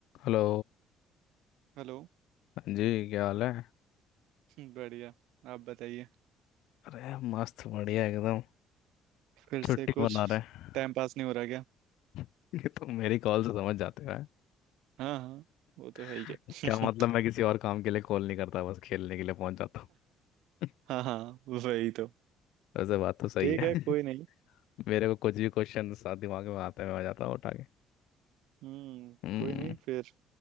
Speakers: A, on the left; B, on the right.
A: Hello
B: Hello
A: हाँ जी क्या हाल है
B: हम्म, बढ़िया आप बताइए
A: अरे मस्त बढ़िया एकदम
B: फिर
A: छुट्टी
B: से कुछ
A: बना रहे हैं
B: टाइम पास नहीं हो रहा क्या
A: <laughs> ये तो मेरी कॉल से समझ जाते हो हैं?
B: हाँ हाँ वो तो
A: <laughs>
B: है ही है
A: क्या मतलब
B: <laughs>
A: मैं किसी और काम के लिए कॉल नहीं करता बस खेलने के लिए पहुंच जाता हूँ <laughs>
B: हाँ हाँ वही तो
A: वैसे बात तो सही
B: ठीक
A: है
B: है कोई
A: <laughs>
B: नहीं
A: मेरे को कुछ भी क्वेश्चन साथ दिमाग में आते हुए आ जाता है उठा के
B: हम्म
A: हम्म
B: कोई नहीं फिर